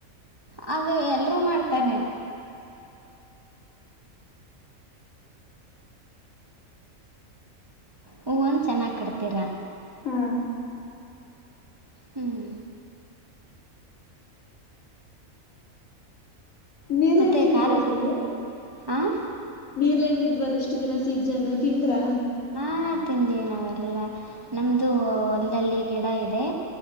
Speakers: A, on the right; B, on the left.
A: ಹಾಗೆ ಎಲ್ರೂ ಮಾಡ್ತಾರೆ ಹೂವಂದ ಚೆನ್ನಾಗಿ್ ಕಟ್ತೀರ
B: ಹಾ
A: ಹ್ಮ್
B: ನೀರ್ಏನ್
A: ಮತ್ತು
B: ತಿಂದ್ರಾ
A: ಕಾಲು
B: ನೀವು
A: ಹಾಂ
B: ನೀರ್ಳ ಎಣ್ಣಿದ್ವಲ್ಲ ಇಷ್ಟು ದಿನ ಸೀಸನ್ ತಿಂದ್ರಾ
A: ಹಾ ತಿಂದೀವಿ ನಾವೆಲ್ಲಾ ನಮ್ದು ಹೊಲದಲ್ಲಿ ಗಿಡ ಇದೆ